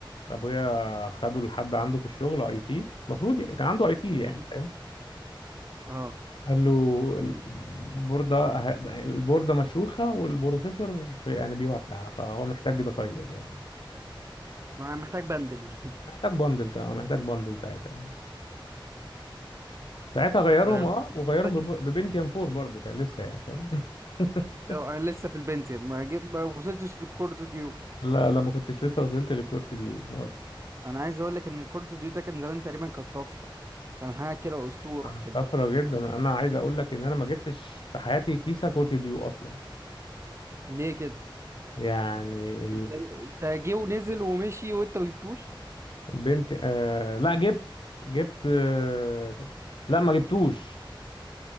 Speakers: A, on the left; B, on the right.
A: ابويا خده لحد عنده في الشغل اي تي المفروض يعني كان عنده اي تي يعني
B: إيه؟
A: فاهم
B: اه
A: قال له البوردة البوردة مشروخة والبروسيسور في- يعني بيودع فهو محتاج يتغير يعني
B: أنا محتاج بندل <laughs>
A: محتاج بندل كمان محتاج بندل ساعتها يعني. ساعتها غيرهم
B: غيرت
A: اه وغيرهم
B: مش فاكر
A: بب- ببنتيوم 4 برضه كان لسه يعني فاهم <laughs>
B: أيوة، أنا لسه في البنتيوم ما جيت ما وصلتش للكورت ديو
A: لا لا ما كنتش لسه وصلت للكورت دي خالص
B: أنا عايز أقول لك إن الكورت ديو ده كان زمان تقريبا كانت طفرة كان حاجة كده أسطورة
A: كان
B: كده
A: طفرة جدا انا عايز اقول لك ان انا ما جبتش في حياتي كيسة كورت ديو اصلا
B: ليه كده؟
A: يعني
B: أنت أنت جه ونزل ومشي وأنت ما جبتوش؟
A: البنت آه لا جبت جبت آه لا ما جبتوش